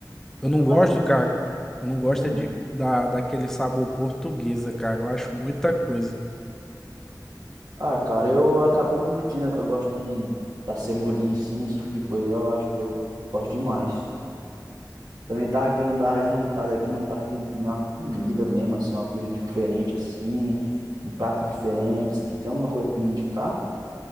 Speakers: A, on the right (about 65°); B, in the centre.
A: A
B: Eu não
A: que eu
B: gosto,
A: mais curto,
B: cara.
A: né?
B: Eu não gosto
A: Hum.
B: é de, da, daquele sabor portuguesa, cara. Eu acho muita coisa.
A: Ah, cara, eu acabo curtindo, né, que eu gosto de um- da cebolinha em cima, esse tipo de coisa. Eu acho que eu gosto demais. Também tava querendo dar uma jantada aqui, mas tava querendo comer uma comida mesmo, assim, uma coisa diferente, assim, um prato diferente. Se tu tem alguma coisa pra me indicar?